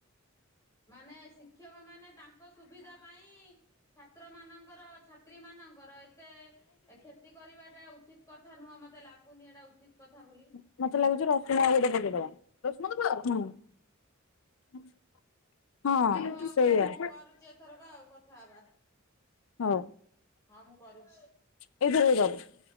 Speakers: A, on the left; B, on the left.
A: ମାନେ ଶିକ୍ଷକ ମାନେ ତାଙ୍କ ସୁବିଧା ପାଇଁ ଛାତ୍ର ମାନଙ୍କ ଙ୍କର ଛାତ୍ରୀ ମାନଙ୍କର ଏତେ। କ୍ଷତି କରିବାଟା ଉଚିତ କଥା ନୁହଁ ମତେ ଲାଗୁନି ଏଟା ଉଚିତ୍ କଥା ବୋଲି।
B: <unintelligible> ହଁ
A: ହଉ ହଉ
B: ସେଇଆ
A: ମୁଁ
B: ହ
A: କରୁଛି ଏଥରକ ଆଉ କଥା ହବା
B: ଉ।
A: ହଁ ମୁଁ କରୁଛି।
B: <unintelligible>